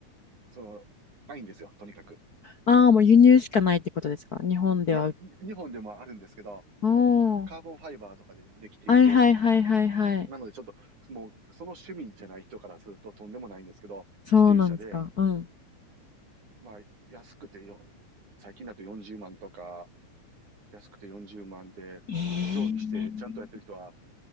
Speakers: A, on the right; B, on the left.
A: その、ないんですよ、とにかく。
B: ああ、もう輸入しかないってことですか、日本では。
A: いや、日本でもあるんですけど、
B: おお。
A: その、カーボンファイバーとかでできていて、
B: はいはいはいはいはい。
A: なのでちょっと、もう、その趣味じゃない人からするととんでもないんですけど、
B: そうなんですか。
A: 自転車で、
B: うん。
A: まあ、安くてよ、最近だと40万とか、安くて40万で、
B: ええ。
A: 競技してちゃんとやってる人は